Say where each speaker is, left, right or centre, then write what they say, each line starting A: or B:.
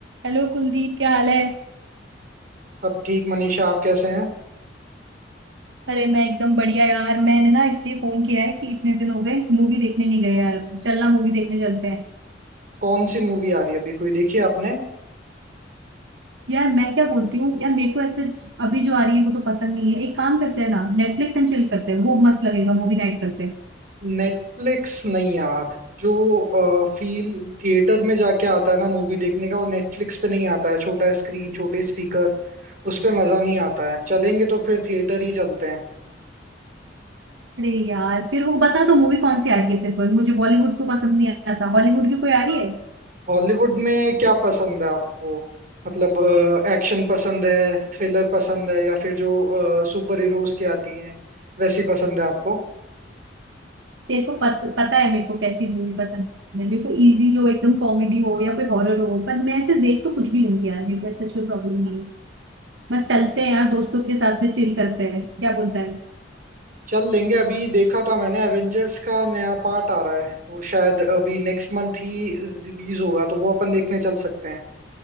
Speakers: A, on the right (about 85°); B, on the right (about 50°).
A: हेलो कुलदीप क्या हाल है
B: सब ठीक मनीषा आप कैसे हैं
A: अरे मैं एकदम बढ़िया यार मैंने ना इसलिए फोन किया है कि इतने दिन हो गए मूवी देखने नहीं गए यार चलना मूवी देखने चलते हैं
B: कौन सी मूवी आ रही है अभी कोई देखी है आपने
A: यार मैं क्या बोलती हूँ यार मेरे को ऐसे अभी जो आ रही है वो तो पसंद नहीं है एक काम करते हैं ना नेटफ्लिक्स एंड चिल करते हैं वो मस्त लगेगा मूवी नाइट करते हैं
B: नेटफ्लिक्स नहीं यार जो फील थिएटर में जाके आता है ना मूवी देखने का वो नेटफ्लिक्स पे नहीं आता है छोटा स्क्रीन छोटे स्पीकर उस पे मजा नहीं आता है चलेंगे तो फिर थिएटर ही चलते हैं
A: अरे यार फिर वो बता दो मूवी कौन सी आ रही है फिर वो मुझे बॉलीवुड तो पसंद नहीं आता हॉलीवुड की कोई आ रही है
B: हॉलीवुड में क्या पसंद है आपको मतलब एक्शन पसंद है थ्रिलर पसंद है या फिर जो सुपर हीरोज की आती हैं वैसी पसंद है आपको
A: तेरे को पत, पता है मेरे को कैसी मूवी पसंद है मेरे को इजी जो एकदम कॉमेडी हो या कोई हॉरर हो पर मैं ऐसे देख तो कुछ भी लूंगी यार मेरे को ऐसा कोई प्रॉब्लम नहीं है बस चलते हैं यार दोस्तों के साथ में चिल करते हैं क्या बोलता है
B: चल लेंगे अभी देखा था मैंने एवेंजर्स का नया पार्ट आ रहा है वो शायद अभी नेक्स्ट मंथ ही रिलीज होगा तो वो अपन देखने चल सकते हैं